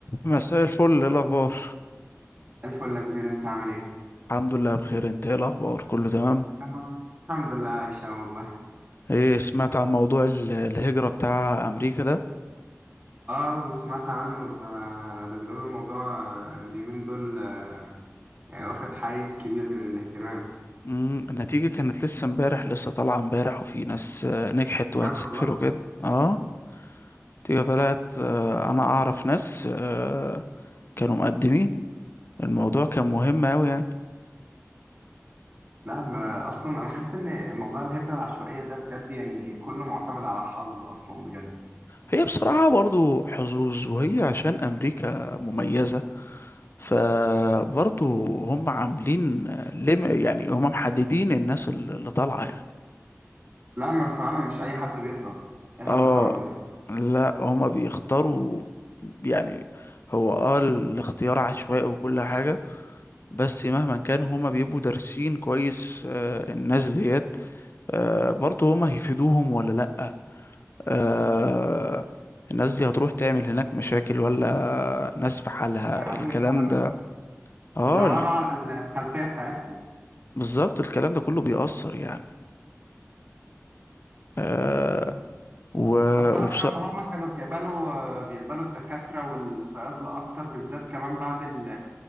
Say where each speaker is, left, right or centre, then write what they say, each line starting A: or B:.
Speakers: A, on the left; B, on the right.
A: مساء الفل ايه الاخبار
B: الفل يا كبير انت عامل ايه؟
A: الحمد لله بخير انت ايه الاخبار كله تمام
B: أنا الحمد لله عايشة والله
A: ايه سمعت عن موضوع ال- الهجرة بتاع امريكا ده
B: اه سمعت عنه ده ده بيقولوا الموضوع آه، اليومين دول آه، يعني واخد حيز كبير من الاهتمام
A: امم النتيجة كانت لسه امبارح لسه طالعة امبارح وفي ناس آه، نجحت
B: بجد
A: وهتسافر
B: والله
A: وكده اه النتيجة طلعت آه، انا اعرف ناس آه، كانوا مقدمين الموضوع كان مهم اوي يعني
B: لا ما اصلا انا حاسس ان موضوع الهجرة العشوائية ده بجد يعني كله معتمد على الحظ اصلا بجد
A: هي بصراحة برضو حظوظ وهي عشان امريكا مميزة فبرضه هم عاملين لم يعني هم محددين الناس اللي طالعة يعني
B: لا ما فعلا مش اي حد بيطلع اي حد
A: اه
B: فعلا بيطلع
A: لا هم بيختاروا يعني هو اه الاختيار عشوائي وكل حاجة بس مهما كان هما بيبقوا دارسين كويس آه، الناس ديت آه، برضه هما هيفيدوهم ولا لأ آه، الناس دي هتروح تعمل هناك مشاكل ولا ناس في حالها
B: ده حقيقي
A: الكلام
B: فعلا
A: ده اه
B: بيدوروا
A: ال-
B: على الخلفية بتاعتهم
A: بالظبط الكلام ده كله بيأثر يعني آه و
B: بس
A: وبص
B: انا اسمع ان هم كانوا بيقبلوا آه، بيقبلوا الدكاترة والصيادلة اكتر بالذات كمان بعد ال